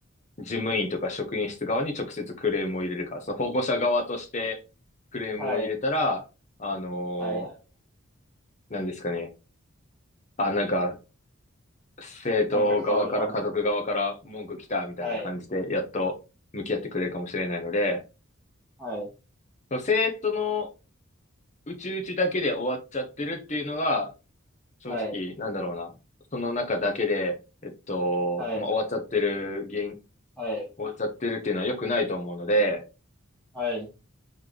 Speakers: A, on the left; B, in the centre.
A: 事務員とか職員室側に直接クレームを入れるか、その保護者側としてクレームを入れたら、
B: はい。
A: あの
B: はい。はい
A: ー、何ですかね。あ、なんか、生徒側から家族側から文句来たみたいな感じで、
B: なんか変わるかも。はい。
A: やっと向き合ってくれるかもしれないので、
B: はい。
A: その生徒のうちうちだけで終わっちゃってるっていうのが、正直、
B: はい。
A: なんだろうな。その中だけで、えっと、
B: はい。
A: まあ、終わっちゃってる原因、
B: はい。
A: 終わっちゃってるっていうのは良くないと思うので、
B: はい。